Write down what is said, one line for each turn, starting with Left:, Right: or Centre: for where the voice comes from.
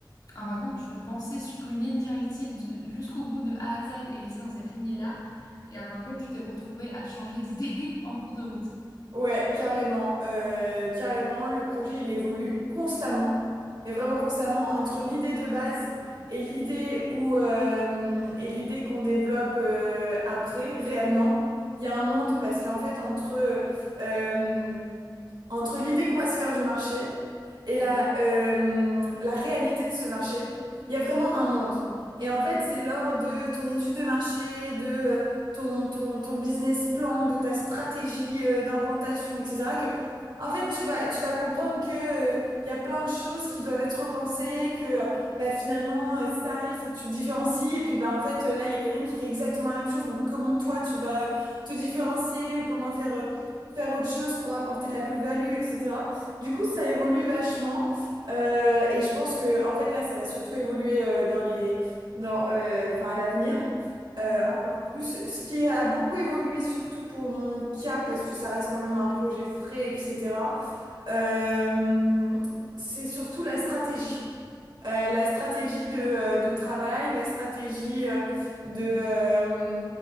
Left: ah, par contre, tu pensais sur une ligne directive de- jusqu'au bout de A à Z et rester dans cette lignée-là. Et en fin de compte, tu t'es retrouvé à changer d'idée <laughs> en cours de route.
Right: Ouais, carrément. Euh, carrément, le projet, il évolue constamment. Mais vraiment constamment, entre l'idée de base et l'idée où, euh, et l'idée qu'on développe euh, après, réellement. Il y a un monde parce qu'en fait, entre euh, entre l'idée qu'on va se faire du marché et
Left: Mhm,
Right: la, euh, la réalité de ce marché, il y a vraiment un monde. Et en fait, c'est lors de ton étude de marché, de euh, ton, ton, ton business plan, de ta stratégie euh, d'implantation, etc., que, en fait, tu vas, tu vas comprendre que, euh, il y a plein de choses qui doivent être repensées, que, euh, bah, finalement, euh, ça, il faut que tu te différencies. Et puis, bah, en fait, euh, là, il y a quelqu'un qui fait exactement la même chose. Donc, comment toi, tu vas euh, te différencier ou comment faire. euh, faire autre chose pour apporter de la plus-value, etc. Du coup, ça évolue vachement. Euh, et je pense que, en fait, là, ça va surtout évoluer euh, dans les, dans, euh, enfin, à l'avenir. euh,
Left: mhm,
Right: encore plus. Ce qui a beaucoup évolué, surtout pour mon cas, parce que ça reste quand même un projet frais, etc. euh, c'est surtout la stratégie euh, la stratégie de, euh, de travail, la stratégie euh, de euh,